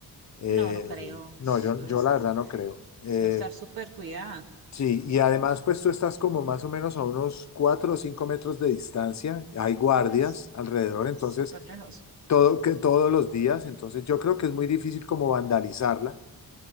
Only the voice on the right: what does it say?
No, no creo.
Eso
es,
eso es estar súper cuidada.
Uy, s-
súper lejos.